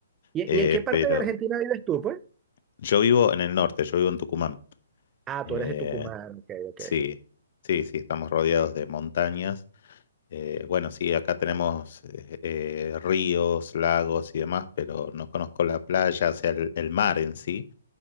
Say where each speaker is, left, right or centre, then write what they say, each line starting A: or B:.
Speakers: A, on the right (about 20°); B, on the left (about 55°).
A: ¿Y,
B: eh,
A: y en qué parte
B: pero
A: de Argentina vives tú, pues?
B: yo vivo en el norte, yo vivo en Tucumán.
A: Ah,
B: Eh,
A: tú eres de Tucumán, ok, ok.
B: sí, sí, sí, estamos rodeados de montañas. Eh, bueno, sí, acá tenemos eh, eh, ríos, lagos y demás, pero no conozco la playa, o sea, el, el mar en sí.